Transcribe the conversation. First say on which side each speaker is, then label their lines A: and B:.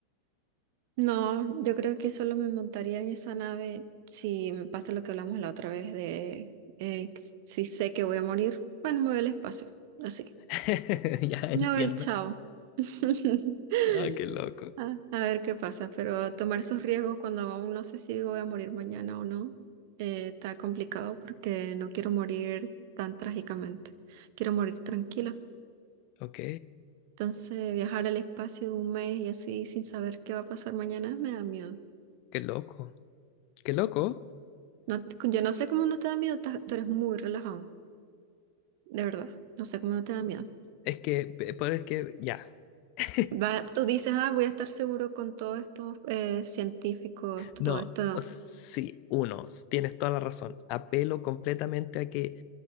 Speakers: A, on the right; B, on the left.
A: No, yo creo que solo me montaría en esa nave si me pasa lo que hablamos la otra vez de eh, si sé que voy a morir. Bueno, me voy al espacio, así.
B: <laughs> Ya
A: Me
B: entiendo.
A: voy al chao. <laughs>
B: Ah, qué loco.
A: A, a ver qué pasa, pero tomar esos riesgos cuando aún no sé si voy a morir mañana o no, eh, está complicado porque no quiero morir tan trágicamente. Quiero morir tranquila.
B: Ok,
A: Entonces, viajar al espacio un mes y así sin saber qué va a pasar mañana me da miedo.
B: qué loco. Qué loco.
A: No, te- yo no sé cómo no te da miedo, ta- tú eres muy relajado, de verdad. No sé cómo no te da miedo.
B: Es que, pe- pero es que, ya. <laughs>
A: Va- tú dices, ah, voy a estar seguro con todos estos eh, científicos, esto-
B: No,
A: todo esto.
B: sí, uno, tienes toda la razón. Apelo completamente a que